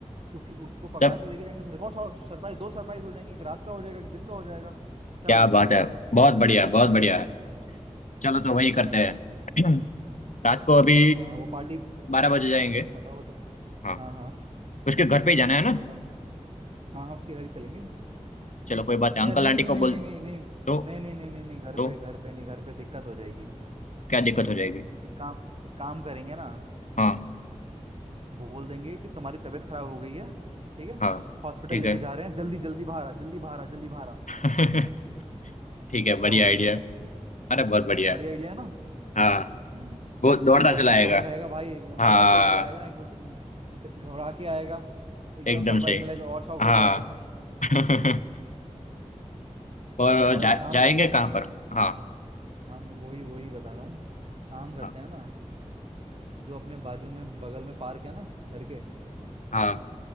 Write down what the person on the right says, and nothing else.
उसी उसको पकड़ा
के लेके जाएंगे फिर एक और सरप्राइज दो सरप्राइज हो जाएंगे एक रात का हो जाएगा एक दिन का हो जाएगा क्या
बोलते
हो
हाँ वो पार्टी
बताओ बताओ
हाँ हाँ
बताओ हाँ हाँ उसके घर ही चलेंगे
यार
नहीं
नहीं
नहीं
नहीं नहीं नहीं
नहीं नहीं नहीं नहीं नहीं घर
पे घर पे नहीं घर पे दिक्कत हो जाएगी
एक काम एक काम करेंगे ना
बोल देंगे कि तुम्हारी तबीयत खराब हो गई है ठीक है
हॉस्पिटल
लेके
जा रहे हैं जल्दी जल्दी बाहर आ जल्दी बाहर आ जल्दी बाहर आ
क्या बोलते
हो
ये
बढ़िया आइडिया है ना
हम्म
शौक
का
शौक रहेगा भाई
दौड़ता ही चला आएगा एक तो ड- ड- घबरा के आएगा एकदम
सरप्राइज
मिलेगा और शौक
हो जाएगा
हाँ
और
एक काम
करते
हैं
हम वही वही बता रहा हूँ काम करते
हैं ना जो अपने बाजू में बगल में पार्क है ना घर के